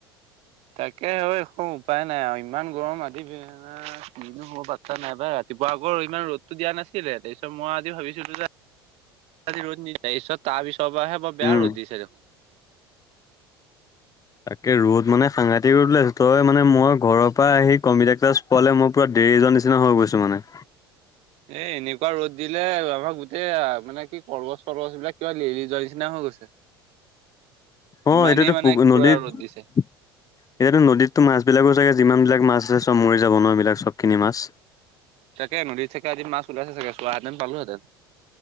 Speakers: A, on the right (about 50°); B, on the left (about 25°).
A: তাকে হয় একো উপায় নাই আৰু ইমান গৰম আদি বিহনা কিনো হব পাত্তা নাইবা ৰাতি ৰাতিপুৱা আকৌ ইমান ৰ'দতটো দিয়া নাছিলে তাৰপিছত মই আজি ভাবিছিলোঁ যে ৰ'দ নি পিছত তাৰপিছৰ পৰা বৰ বেয়া
B: উম,
A: ৰ'দ দিছে দেখোন
B: তাকে ৰ'দ মানে সাঘাতি ৰ'দ উলাইছে তই মানে মই ঘৰ পৰা আহি কম্পউটাৰ ক্লাছ পোৱাল মই দেৰিজন নিচিনা হৈ গৈছোঁ মানে
A: <inaudible> এ এনেকুৱা ৰ'দ দিলে আমাক গোটেই মানে কি কলগছ চলগছ বিলাক কিবা লেৰেলি যোৱাৰ নিচিনা হয় হৈ গৈছে
B: অ
A: ইমানেই
B: এতিাতো
A: মানে
B: পুখুৰী নদীত
A: পুৰা ৰ'দ দিছে।
B: এতিয়াতো নদীততো মাছবলাকো চাগে যিমান বিলাক মাছ যথেষ্ট মৰি যাব নোৱাৰ এইবিলাক চবখিনি মাছ
A: তাকে নদীত চাকেদিন মাছ ওলাইছে চাগে চোৱাহেঁতেন পালোহেঁতেন।